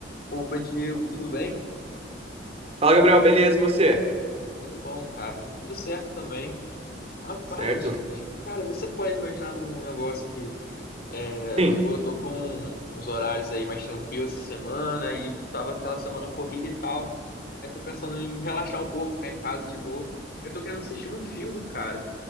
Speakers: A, on the left (about 55°); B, on the right (about 35°).
A: Opa, Diego, tudo bem?
B: Fala, Gabriel, beleza? E você?
A: Pô, que bom, cara. Tudo certo também. Rapaz,
B: Certo?
A: te- cara, vê se você pode me ajudar num negócio aqui. É,
B: Sim.
A: pô, eu tô com uns horários aí mais tranquilos essa semana e tava aquela semana corrida e tal. Aí tô pensando em relaxar um pouco, ficar em casa de boa. Eu tô querendo assistir um filme, cara.